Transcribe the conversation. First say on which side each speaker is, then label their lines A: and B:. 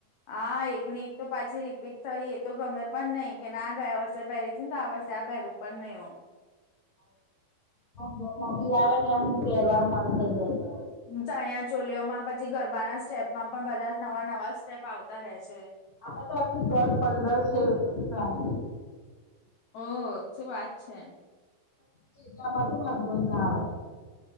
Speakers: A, on the left; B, on the left.
A: હા એક ને એક તો પાછી રીપીટ થઈ એ તો ગમે પણ નહીિ કે ના ગયા વર્ષે પહેલીથી ને તો આ વર્ષે- ત પહેરું પણ નહી હો?
B: જેમ ન આવે ને એમ કહેરવાનું મન થઈ જાય છે.
A: ચણિયા ચોલીઓમાં પછી ગરબાના સ્ટેપમાં પણ બધા નવા નવા સ્ટેપ આવતા રહે છે.
B: આમે તો અખ દસ પંદર છ વગ રૂપિયા-
A: ઓહ શું વાત છે?
B: પમાં તો વાંધો-